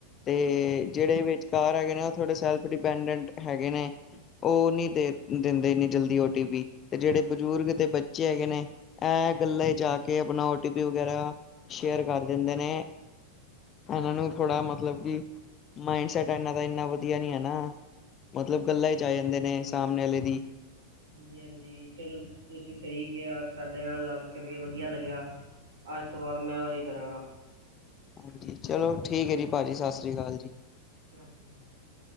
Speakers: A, on the left; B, on the right.
A: ਤੇ ਜਿਹੜੇ ਵਿਚਕਾਰ ਹੈਗੇ ਨੇ, ਉਹ ਥੋੜ੍ਹੇ ਸੈਲਫ ਡਿਪੈਂਡੈਂਟ ਹੈਗੇ ਨੇ, ਉਹ ਨੀ ਦਿੰਦੇ ਏਨੀ ਜਲਦੀ ਓ ਟੀ ਪੀ, ਤੇ ਜਿਹੜੇ ਬਜ਼ੁਰਗ ਤੇ ਬੱਚੇ ਹੈਗੇ ਨੇ ਐ ਗੱਲਾਂ ਚ ਆ ਕੇ ਆਪਣਾ ਓਟੀਪੀ ਵਗੈਰਾ ਸ਼ੇਅਰ ਕਰ ਦਿੰਦੇ ਨੇ। ਏਨਾ ਨੂੰ ਥੋੜ੍ਹਾ ਮਤਲਬ ਕਿ ਮਾਇਡ ਸੈਟ ਏਨਾ ਦਾ ਇੰਨਾ ਵਧੀਆ ਨੀ ਐ ਨਾ। ਮਤਲਬ ਗੱਲਾਂ ਵਿਚ ਆ ਜਾਂਦੇ ਨੇ, ਸਾਮਣੇ ਆਲੇ ਦੀ।
B: ਹਾਂਜੀ -ਹਾਂਜੀ, ਚਲੋ ਤੁਸੀਂ ਸਹੀ ਕਿਆ, ਤਾਡੇ ਨਾਲ ਗੱਲ ਕਰਕੇ ਵਧੀਆ ਲੱਗਿਆ। ਅੱਜ ਤੋਂ ਬਾਅਦ ਮੈਂ ਓਹੀ ਕਰਾਂਗਾ।
A: ਹਾਂਜੀ ਚਲੋ ਠੀਕ ਐ ਜੀ, ਭਾਜੀ ਸਸ ਰੀ ਕਾਲ ਜੀ।
B: <unintelligible>